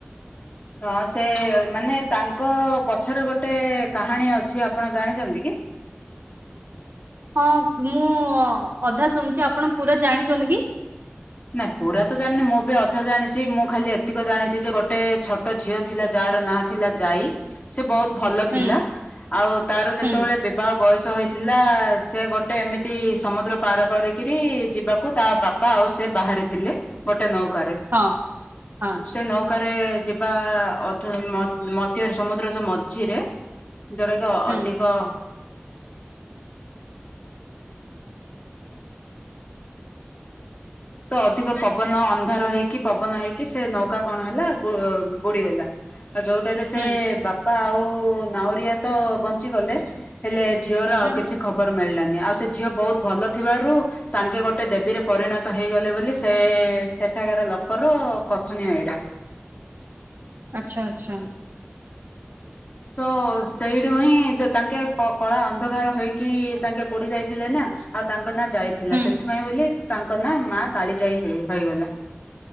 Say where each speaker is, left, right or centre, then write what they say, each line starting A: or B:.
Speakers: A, on the left (about 35°); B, on the right (about 50°).
A: ହଁ ସେ ମାନେ ତାଙ୍କ ପଛରେ ଗୋଟେ କାହାଣୀ ଅଛି ଆପଣ ଜାଣିଚନ୍ତି କି?
B: ହଁ ମୁଁ ଅଧା ଶୁଣିୁଚି ଆପଣ ପୁରା ଜାଣିଛନ୍ତି କି?
A: ନାଇଁ ପୁରା ତ ଜାଣିନି ମୁଁ ବି ଅଧା ଜାଣିଚି ମୁଁ ଖାଲି ଏତିକ ଜାଣିଛି ଯେ ଗୋଟେ ଛୋଟ ଝିଅ ଥିଲା ଯାହାର ନା ଥିଲା ଯାଇ ସେ ବହୁତ ଭଲ
B: ହୁଁ
A: ଥିଲା ଆଉ ତାର ଯେତେବେଳେ
B: ହୁଁ
A: ବୟସ ହୋଇଥିଲା ସେ ଗୋଟେ ଏମିତି ସମୁଦ୍ର ପାର କରିକିରି ଯିବାକୁ ତା ବାପା ବାପା ଆଉ ସେ ବାହାରେ ଥିଲେ ଗୋଟେ ନୌକାରେ
B: ହଁ ହଁ
A: ସେ ନୌ ପ୍ରକାରେ ଯିବା ଅଧା ମ ମଧ୍ୟରେ ସମୁଦ୍ର ଯୋଉ ମଝିରେ। ଯୋଉରାକ
B: ହୁଁ
A: ଅଧିକ। ତ ଅଧିକ ପବନ ଅନ୍ଧାର ହେଇକି ପବନ ହେଇକି ସେ ନୌକା କଣ ହେଲା ବ ବୁଡିଗଲା। ଆଉ ଯୋଉଟାରେ ସେ
B: ହୁଁ
A: ବାପା ଆଉ ନାଉରିଆ ତ ବଞ୍ଚିଗଲେ। ହେଲେ ଝିଅର ଆଉ
B: ହୁଁ
A: କିଛି ଖବର ମିଳିଲାନି ଆଉ ସେ ଝିଅ ବହୁତ ଭଲ ଥିବାରୁ ତାଙ୍କେ ଗୋଟେ ଦେବୀରେ ପରିଣତ ତ ହେଇଗଲେ ବୋଲି ସେ ସେଠାକାର ଲୋକର କଥନୀୟ ଏଇଟା।
B: ଆଛା ଆଛା।
A: ତ ସେଇଠୁ ହିଁ ତାଙ୍କେ କଳା ଅନ୍ଧକାର ହେଇକି ତାଙ୍କେ ବୁଡି ଯାଇଥିଲେ ନା। ଆଉ ତାଙ୍କ ନାଁ ଯାଇଥିଲା
B: ହୁଁ
A: ସେଥିପାଇଁ ବୋଲି ତାଙ୍କ ନା ମା କାଳି ଯାଇ ହେଇ ହେଇଗଲା।